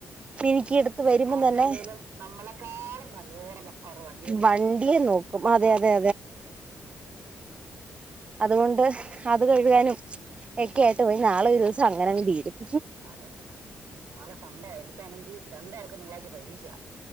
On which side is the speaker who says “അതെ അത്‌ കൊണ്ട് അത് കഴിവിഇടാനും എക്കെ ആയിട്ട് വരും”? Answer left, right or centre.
Right